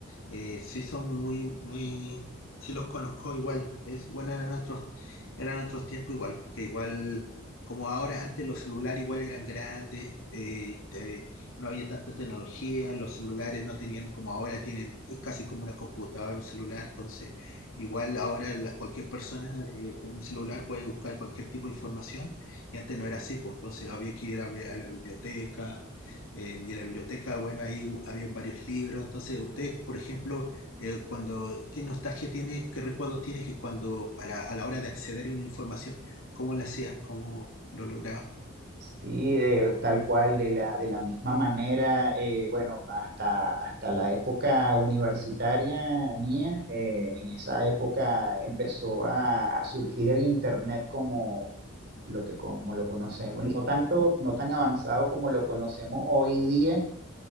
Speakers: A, on the left; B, on the right.
A: eh, sí son muy, muy, sí los conozco igual, es, bueno, eran otros, eran otros tiempos igual, que igual, como ahora, antes los celulares igual eran grandes, eh, eh, no había tanta tecnología, los celulares no tenían como ahora tienen, es casi como una computadora, un celular, entonces igual ahora la- cualquier persona eh, con un celular puede buscar cualquier tipo de información, y antes no era así, pues entonces había que ir a, a la biblioteca eh, y en la biblioteca, bueno, ahí hu- habían varios libros. Entonces, usted, por ejemplo, eh, cuando, ¿qué nostalgia tiene, qué recuerdos tiene que cuando, para, a la hora de acceder a una información, cómo la hacía, cómo lo lograba?
B: sí, de- tal cual, de la, de la misma manera, eh, bueno, hasta, hasta la época universitaria mía, eh, en esa época empezó a, a surgir el internet como... lo que como lo conocemos, no tanto, no tan avanzado como lo conocemos hoy día,